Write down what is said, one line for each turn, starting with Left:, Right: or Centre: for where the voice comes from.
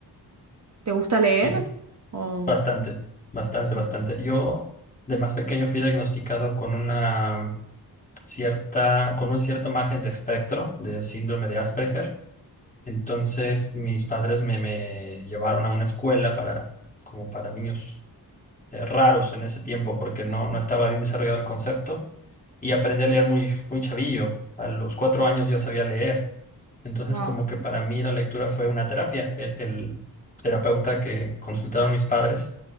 Right: ¿te gusta leer?
Left: Fíjate,
Right: O-
Left: Bastante, bastante,
Right: Sí.
Left: bastante. Yo de más pequeño fui diagnosticado con una cierta, con un cierto margen de espectro de síndrome de Asperger. Entonces mis padres me, me llevaron a una escuela para, como para niños eh, raros en ese tiempo, porque no, no estaba bien desarrollado el concepto y aprendí a leer muy, muy chavillo. A los cuatro años yo sabía leer. Entonces
Right: Wow.
Left: como que para mí la lectura fue una terapia. El, el terapeuta que consultaron mis padres